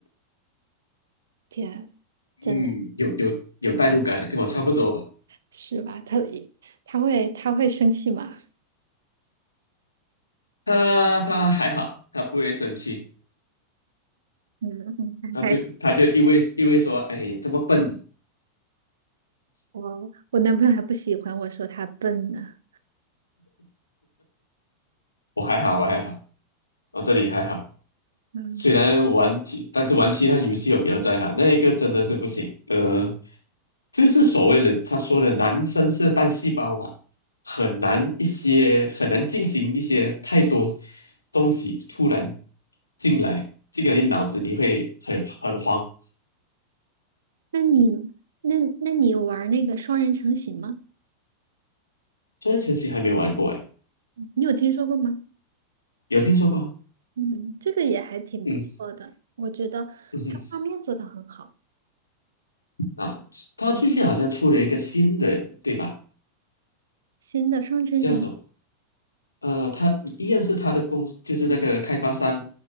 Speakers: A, on the right; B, on the left.
A: 天，
B: 嗯，
A: 真的
B: 有有有代入感，跟我差不多吧。
A: 是吧？他他会他会生气吗？
B: 他他还好，他不会生气，
A: 嗯，
B: 他就他就因为因为说，
A: 哎，
B: 哎，这么笨，
A: 我我男朋友还不喜欢我说他笨呢。
B: 我还好，我还好，我这里还好。
A: 嗯，
B: 虽然玩其，但是玩其他游戏我比较在行，那一个真的是不行。呃，就是所谓的他说的男生是单细胞吧，很难一些很难进行一些太多东西突然进来，这个你脑子里会很很慌。
A: 那你那那你有玩那个双人成行吗？
B: 这神奇还没玩过哎，
A: 你有听说过吗？
B: 有听说过？
A: 嗯，这个也还挺不错的，
B: 嗯
A: 我觉得它画面做得很好。
B: 嗯哼啊，他最近好像出了一个新的，对吧？
A: 新的双人成行，
B: 叫什么？呃，他一样是他的公就是那个开发商，